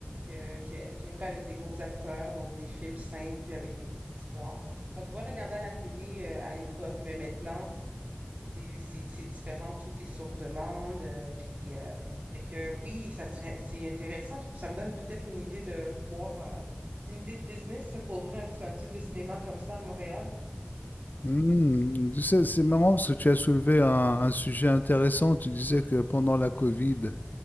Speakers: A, on the right; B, on the left.
A: que, que, qui est pas avec des gros acteurs, donc des films simples, puis avec des petites histoires, qu'on pourrait regarder à la télé euh, à l'époque, mais maintenant, c'est c'est- c'est différent, tout est sur demande. euh, puis, euh, fait que oui, ça serait, c'est intéressant. Ça me donne peut-être une idée de voir, euh, une idée de business pour ouvrir un type de cinéma comme ça à Montréal.
B: Hmm, tu sais, c'est marrant parce que tu as soulevé un, un sujet intéressant. Tu disais que pendant la Covid,